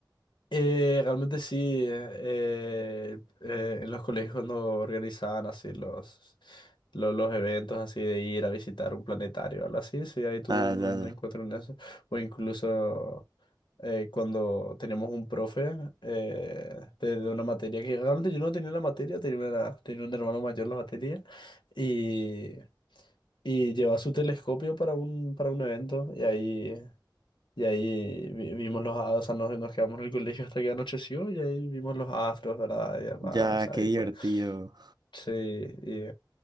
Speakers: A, on the left (about 80°); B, on the right (about 60°).
A: Eh, realmente sí, eh, eh, en los colegios cuando organizaban así los, lo- los, eventos así de ir a visitar un planetario, algo así, sí, ahí tuve
B: Ah,
A: un,
B: ya,
A: un
B: ya.
A: encuentro en eso. O incluso eh, cuando teníamos un profe eh, de, de una materia que realmente yo no tenía la materia, tenía, una- tenía un hermano mayor la materia y, y llevaba su telescopio para un, para un evento y ahí... Y ahí vi- vimos los astros, o sea, nos, nos quedamos en el colegio hasta que anocheció y ahí vimos los astros, ¿verdad? Y demás,
B: Ya,
A: o sea,
B: qué
A: ahí
B: divertido.
A: fue. Sí, y,